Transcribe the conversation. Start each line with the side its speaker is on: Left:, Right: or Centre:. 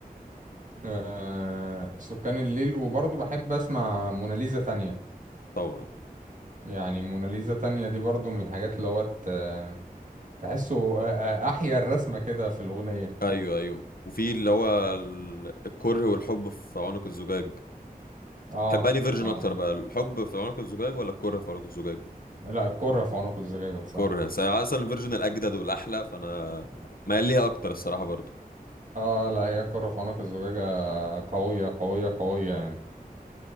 Right: آه سكان الليل وبرضه بحب اسمع موناليزا تانية
Left: طبعا
Right: يعني موناليزا تانية دي برضه من الحاجات اللي هو ت- تحسه آه، آه، احيا الرسمة كده في الأغنية
Left: ايوه ايوه وفي اللي هو ال- الكره والحب في عنق الزجاج
Right: اه اه
Left: تحب انهي فيرجن
Right: آه.
Left: اكتر بقى الحب في عنق الزجاج ولا الكره في عنق الزجاج
Right: لا الكرة في عنق الزجاجة بصراحة
Left: كوريا بس اصلا الفيرجن الاجدد والاحلى فانا مايل ليها اكتر الصراحه برضو
Right: اه لا هي الكرة في عنق الزجاجة قوية قوية قوية يعني